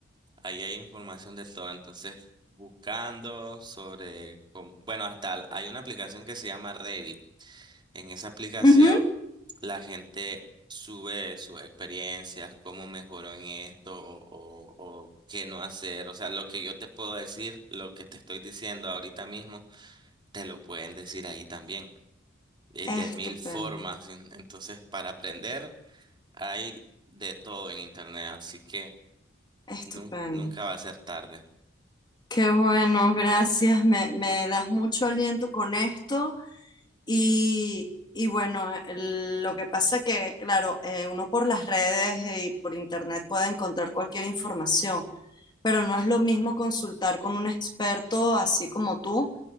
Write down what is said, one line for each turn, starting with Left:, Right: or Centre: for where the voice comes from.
Right: ahí hay información de todo, entonces buscando sobre, cómo- bueno, hasta hay una aplicación que se llama Reddit En esa aplicación
Left: ujú.
Right: la gente sube sus experiencias, cómo mejoró en esto o, o- o qué no hacer. O sea, lo que yo te puedo decir, lo que te estoy diciendo ahorita mismo, te lo pueden decir ahí también, de, de
Left: Estupendo,
Right: mil formas. en- Entonces, para aprender hay de todo en internet, así que
Left: estupendo.
Right: nun- nunca va a ser tarde.
Left: Qué bueno, gracias. Me, me das mucho aliento con esto. Y, y bueno, el- lo que pasa que, claro, eh, uno por las redes y por internet puede encontrar cualquier información, pero no es lo mismo consultar con un experto así como tú